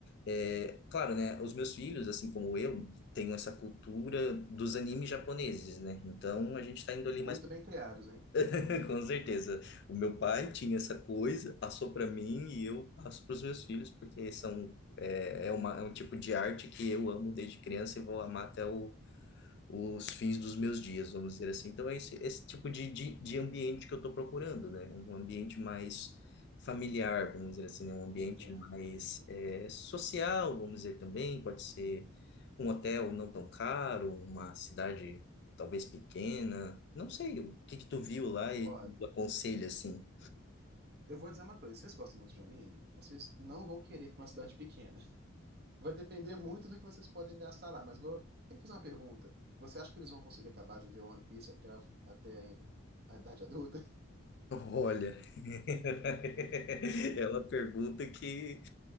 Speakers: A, on the left; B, on the right.
A: É, claro, né? Os meus filhos, assim como eu, tenho essa cultura dos animes japoneses, né? Então, a gente está indo ali
B: Muito
A: mais
B: bem criados, hein?
A: <laughs> Com certeza. O meu pai tinha essa coisa, passou para mim e eu passo para os meus filhos, porque são, é, é, uma, é um tipo de arte que eu amo desde criança e vou amar até o os fins dos meus dias, vamos dizer assim. Então, é esse, esse tipo de, de, de ambiente que eu estou procurando, né? Um ambiente mais familiar, vamos dizer assim, né? Um ambiente
B: Entendo,
A: mais
B: entendo.
A: eh, social, vamos dizer também. Pode ser um hotel não tão caro, uma cidade talvez pequena. Não sei, o que que tu viu lá e
B: Ó,
A: tu aconselha, assim?
B: eu vou dizer uma coisa, vocês gostam muito de anime? Vocês não vão querer ir pra uma cidade pequena. Vai depender muito do que vocês podem gastar lá, mas vou... tem que fazer uma pergunta. Você acha que eles vão conseguir acabar de ver One Piece até, a- até a idade adulta? <laughs>
A: Olha, <laughs> ela pergunta que,